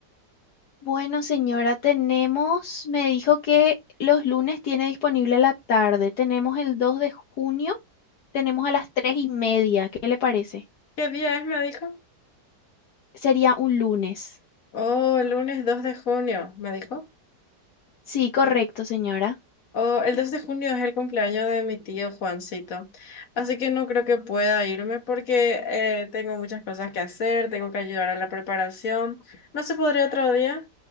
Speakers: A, on the left; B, on the left.
A: Bueno, señora, tenemos, me dijo que los lunes tiene disponible la tarde. Tenemos el 2 de junio, tenemos a las 3 y media. ¿Qué le parece?
B: ¿Qué día es? Me dijo.
A: Sería un lunes.
B: Oh, lunes 2 de junio, me dijo.
A: Sí, correcto, señora.
B: Oh, el 2 de junio es el cumpleaños de mi tío Juancito, así que no creo que pueda irme porque eh, tengo muchas cosas que hacer, tengo que ayudar a la preparación. ¿No se podría otro día?